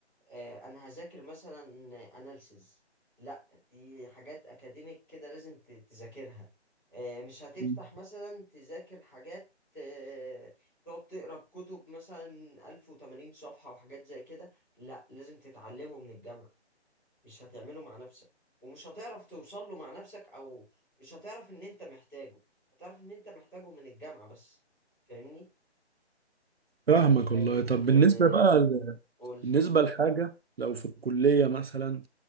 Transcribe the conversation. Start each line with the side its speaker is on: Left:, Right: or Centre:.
Centre: آه انا هذاكر مثلا اناليسز لا دي حاجات اكاديميك كده لازم ت- تذاكرها آه مش هتفتح
Right: مم.
Centre: مثلا تذاكر حاجات آه تقعد تقرا كتب مثلا 1080 صفحة وحاجات زي كده لا لازم تتعلمه من الجامعة مش هتعمله مع نفسك ومش هتعرف توصل له مع نفسك او مش هتعرف ان انت محتاجه هتعرف ان انت محتاجه من الجامعة بس فاهمني
Right: فاهمك
Centre: لكن
Right: والله طب بالنسبة
Centre: آه،
Right: بقى ل-
Centre: قول
Right: بالنسبة لحاجة لو في الكلية مثلا